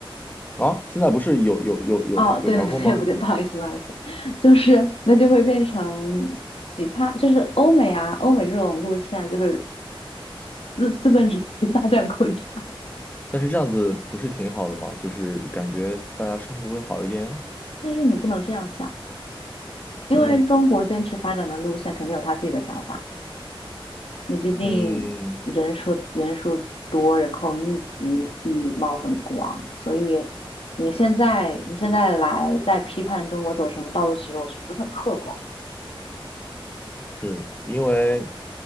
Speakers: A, on the left; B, on the left.
A: 啊，现在不是有有有有有调控吗？
B: 哦，对不对？不对，<laughs> 不好意思，不好意思，就是那就会变成其他，就是欧美啊，欧美这种路线啊就是资资本主义发展国家，
A: 但是这样子不是挺好的吗？就是感觉大家生活会好一点。
B: 但是你不能这样想，因为中国坚持发展的路线肯定有他自己的想法，
A: 嗯。
B: 你毕竟人数人数多，
A: 嗯，
B: 人口密集，地貌很广，所以你现在你现在来在批判中国走什么道路，其实我觉得不是很客观。
A: 是因为，